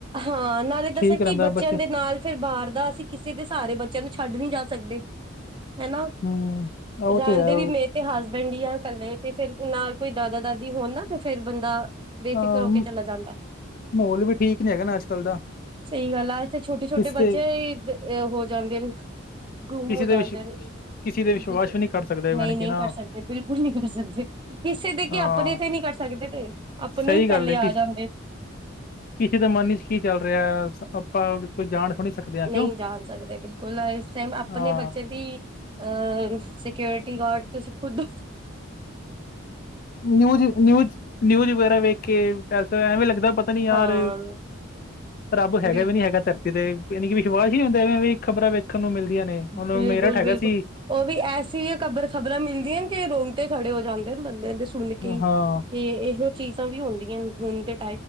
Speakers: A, on the right; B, on the left.
A: ਹਾਂ ਨਾਲੇ ਦੱਸਾਂ
B: ਠੀਕ
A: ਕਿ
B: ਰਹਿੰਦਾ
A: ਬੱਚਿਆਂ
B: ਬੱਚੇ
A: ਦੇ ਨਾਲ ਫਿਰ ਬਾਹਰ ਦਾ ਅਸੀਂ ਕਿਸੇ ਦੇ ਸਾਰੇ ਬੱਚਿਆਂ ਨੂੰ ਛੱਡ ਨੀ ਜਾ। ਸਕਦੇ ਹਨਾ
B: ਹਮ ਉਹ
A: ਰਹਿਣ
B: ਤੇ ਹੈ
A: ਦੇ ਵੀ ਮੇ ਤੇ ਹੱਸ। ਬੰਡੀਆਂ ਇਕੱਲੇ ਤੇ ਫਿਰ ਨਾਲ ਕੋਈ ਦਾਦਾ ਦਾਦੀ ਹੋਣ ਨਾ ਤੇ ਫਿਰ ਬੰਦਾ।
B: ਅ
A: ਬੇਫਿਕਰ ਹੋ ਕੇ ਚਲਾ ਜਾਂਦਾ।
B: ਮਾਹੌਲ ਵੀ ਠੀਕ ਨੀ ਹੈਗਾ ਨਾ ਅੱਜ ਕੱਲ ਦਾ
A: ਸਹੀ ਗੱਲ ਆੱ ਤੇ ਛੋਟੇ ਛੋਟੇ
B: ਕਿਸ
A: ਬੱਚੇ
B: ਤੇ
A: ਹੋ ਜਾਂਦੇ ਨੇ। ਗੁੰਮ
B: ਕਿਸੇ
A: ਹੋ ਜਾਂਦੇ
B: ਦੇ ਵਿਸ਼
A: ਨਹੀਂ
B: ਕਿਸੇ ਦੇ ਵਿਸ਼ਵਾਸ ਵੀ ਕਰ ਸਕਦੇ ਯਾਨੀ ਕਿ
A: ਨਹੀਂ
B: ਨਾ
A: ਕਰ ਸਕਦੇ ਬਿਲਕੁਲ ਨਹੀਂ ਕਰ ਸਕਦੇ। ਕਿਸੇ ਦੇ ਕੇ
B: ਅਹ
A: ਆਪਣੇ ਤੇ ਨਹੀਂ ਕਰ ਸਕਦੇ ਤੇ ਆਪਣੇ
B: ਸਹੀ
A: ਹੀ
B: ਗੱਲ
A: ਪਹਿਲੇ
B: ਹੈ
A: ਆ
B: ਕਿ
A: ਜਾਂਦੇ।
B: ਕਿਸੇ ਦਾ ਮਨ ਚ ਕੀ ਚੱਲ ਰਿਹਾ ਆਪਾਂ ਕੋਈ ਜਾਣ। ਥੋੜੀ ਸਕਦੇ ਹਾਂ ਕਿਉਂ
A: ਨਹੀਂ ਜਾਣ ਸਕਦੇ ਬਿਲਕੁਲ ਇਸ ਟਾਈਮ। ਆਪਣੇ
B: ਹਾਂ
A: ਬੱਚਿਆਂ ਦੀ ਅਹ ਸਿਕਿਓਰਿਟੀ ਗਾਰਡ ਤੋਂ ਸਿੱਖੋਦੋ।
B: ਨਿਊਜ਼ ਨਿਊਜ਼ ਨਿਊਜ਼ ਵਗੈਰਾ ਵੇਖ ਕੇਸ ਐਵੇਂ ਲੱ। ਦਾ ਪਤਾ ਨੀ ਯਾਰ
A: ਹਾਂ
B: ਰੱਬ ਹੈਗਾ
A: ਬਿਲਕੁਲ
B: ਵੀ ਨੀ ਹੈਗਾ ਧਰਤੀ ਤੇ। ਯਾਨੀ ਵਿਸ਼ਵਾਸ ਹੀ ਨਹੀਂ ਹੁੰਦੇ ਖਬਰਾਂ ਵੇਖਣ। ਨੂੰ ਮਿਲਦੀਆਂ ਨੇ ਹੁਣ
A: ਬਿਲਕੁਲ
B: ਮੇਰਠ ਹੈਗਾ
A: ਬਿਲਕੁਲ
B: ਸੀ
A: ਉਹ ਵੀ ਐਸੀ ਖਬਰ ਖ਼ਬਰਾਂ ਮਿਲਦੀਆਂ ਕਿ ਰੋ। ਤੇ ਖੜੇ ਹੋ ਜਾਂਦੇ ਨੇ ਬੰਦੇ ਦੇ ਸੁਣ ਕੇ
B: ਹਾਂ
A: ਕਿ ਇਹੋ ਚੀਜ਼ਾਂ ਵੀ ਹੁੰਦੀਆਂ ਨੇ ਹੁਣ ਤੇ।